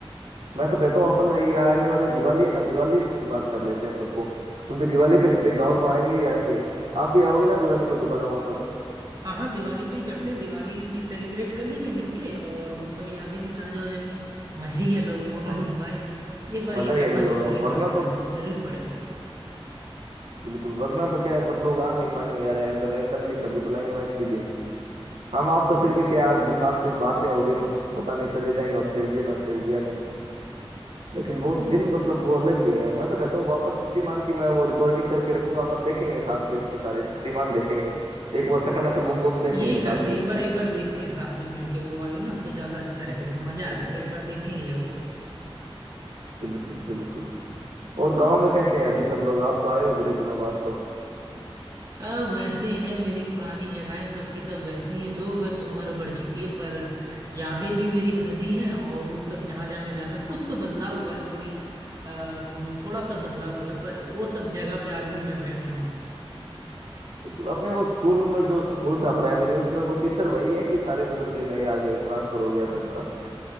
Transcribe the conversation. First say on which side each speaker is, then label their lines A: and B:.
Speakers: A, on the right; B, on the right.
A: मैं तो कहता हूँ अपन ये आने वाले दिवाली है ना दिवाली की बात कर लेते हैं सबको क्योंकि दिवाली पे सभी गांव तो आएंगे ही आएंगे आप भी आओगे ना दिवाली को दोबारा वापस
B: हाँ हाँ दिवाली पे ही करते हैं दिवाली भी सेलिब्रेट कर लेंगे मिलके और वो सब यादें भी ताजा हो जाएंगी मजा ही अलग होगा
A: हाँ
B: मनीष भाई एक बार
A: मजा
B: ये
A: ही
B: करना
A: अलग होगा
B: जरूरी
A: वरना
B: पड़ा
A: तो
B: जरूर पड़ेगा
A: बिल्कुल वरना तो क्या है सब लोग आ नहीं पाएंगे यार अगर रैंडमली कभी बुलाएंगे ना किसी दिन हम आप तो फिर भी क्या आज दिमाग से बातें हो गई तो पता नहीं चले जाए नॉस्टैल्जिया नॉस्टैल्जिया में लेकिन वो दिन मतलब वो अलग ही है मैं तो कहता हूँ वापस शक्तिमान की मैं वो रिकॉर्डिंग करके रखूंगा अपन देखेंगे साथ बैठ के सारे शक्तिमान देखेंगे एक वो शकला का बुम बुम देखेंगे
B: यही करते
A: साथ बैठ
B: हैं एक बार एक बार देखते हैं साथ में मिलके वो वाली ना तो ज्यादा अच्छा रहेगा मजा
A: के
B: आ जाएगा एक बार देखेंगे जरूर
A: बिल्कुल बिल्कुल और गांव में कैसे हैं अभी सब लोग आप तो आए हो बड़े दिनों बाद तो
B: सब वैसे ही है मेरी पुरानी जगहें सबकी सब वैसी हैं लोग बस उम्र बढ़ चुकी है पर यादें भी मेरी उधर ही हैं और वो सब जहां जहां मैं जाता कुछ तो बदलाव हुआ है थोड़ी अ, थोड़ा सा बदलाव हुआ है पर वो सब जगह पे आज भी मैं बैठ रहा हूँ
A: बिल्कुल अपने वो स्कूल में जो स्कूल था प्राइमरी उसमें वो टीचर वही है कि सारे बदल गए नए आ गए ट्रांसफर हो गया सबका